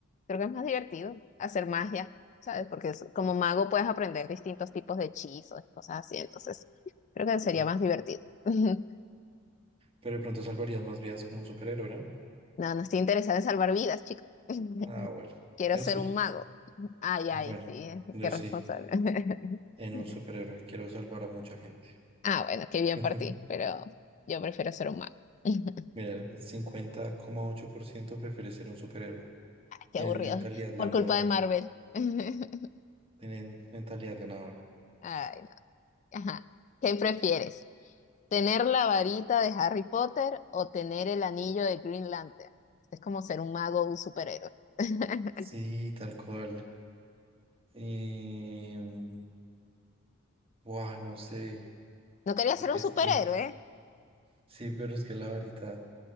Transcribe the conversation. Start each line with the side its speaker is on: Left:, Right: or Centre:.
Left: Creo que es más divertido hacer magia, ¿sabes? Porque es- como mago puedes aprender distintos tipos de hechizos y cosas así. Entonces, creo que sería
Right: Ujú.
Left: más divertido. <laughs>
Right: Pero de pronto salvarías más vidas como un superhéroe, ¿no?
Left: No, no estoy interesada en salvar vidas, chicos. <laughs>
Right: Ah, bueno,
Left: Quiero
Right: yo
Left: ser
Right: sí.
Left: un mago. Ay,
Right: Bueno,
Left: ay, sí,
Right: yo
Left: qué responsable.
Right: sí.
Left: <laughs>
Right: En un superhéroe. Quiero salvar a mucha gente.
Left: Ah, bueno, qué bien
Right: <laughs>
Left: por ti, pero yo prefiero ser un mago. <laughs>
Right: Mira, cincuenta coma ocho por ciento prefiere ser un superhéroe.
Left: Qué
Right: Tienen
Left: aburrido.
Right: mentalidad ganadora.
Left: Por culpa de Marvel. <laughs>
Right: Tienen mentalidad ganadora.
Left: Ay, no. Ajá. ¿Qué prefieres? ¿Tener la varita de Harry Potter o tener el anillo de Green Lantern? Es como ser un mago o un superhéroe. <laughs>
Right: Sí, tal cual. Y... mm, Buah, no sé.
Left: No quería
Right: Porque
Left: ser un
Right: es
Left: superhéroe.
Right: que... Sí, pero es que la varita...